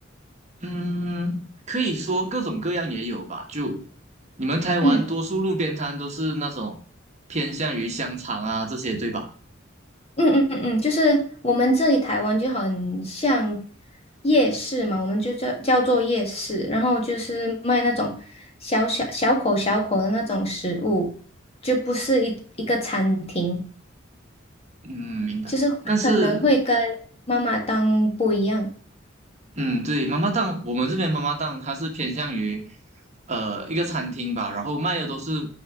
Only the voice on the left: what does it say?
嗯
嗯嗯嗯嗯，就是我们这里台湾就很像夜市嘛，我们就叫叫做夜市，然后就是卖那种小小小口小口的那种食物，就不是一一个餐厅。
就是可能会跟妈妈档不一样。